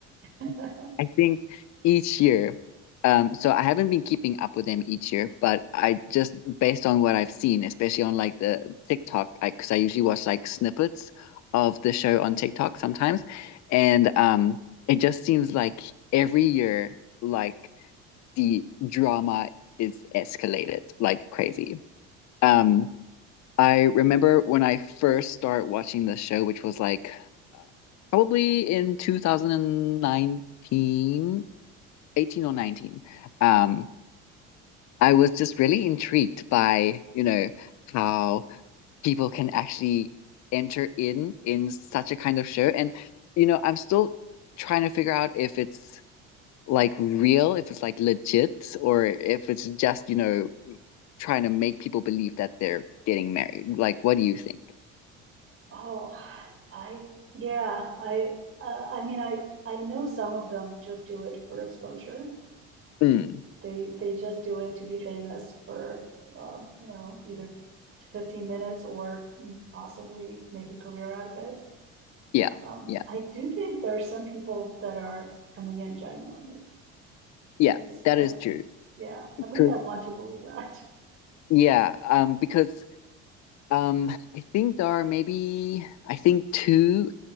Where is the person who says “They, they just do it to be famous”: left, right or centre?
Right